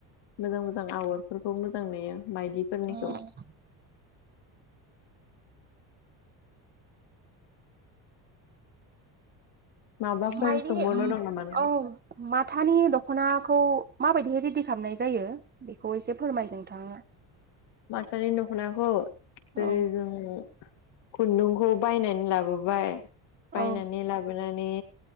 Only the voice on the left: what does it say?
मोजां मोजां आगरफोरखौ मोजां नुयो। बायदिफोरनिखौ
माबाफोर
सोंबावनो दं नामा नोंथां
मायदि दखनाखौ जेरै
जों खुन्दुंखौ बायनानै लाबोबाय बायनानै
लाबोनानै